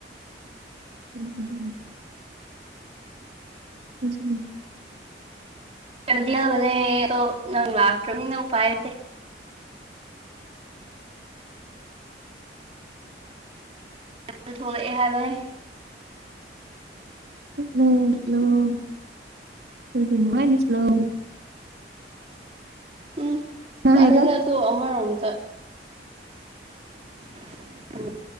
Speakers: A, on the right; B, on the right.
A: ꯎꯝ ꯍꯝ ꯂ
B: ꯗꯤꯅꯦ ꯅꯪ ꯂꯥꯛꯔ ꯎ ꯄꯥꯏꯔꯠꯇꯦ ꯑꯗꯨ ꯊꯣꯛꯂꯛꯑꯦ ꯍꯥꯏꯕꯅꯤ
A: ꯅꯅꯨꯡꯉꯥꯏꯅ ꯁꯤꯂꯣ
B: ꯎꯝ
A: ꯀꯅꯥ ꯍꯥꯏꯕ
B: ꯑꯂꯗ ꯑꯗꯨ ꯑꯃꯔꯣꯝꯇ ꯀ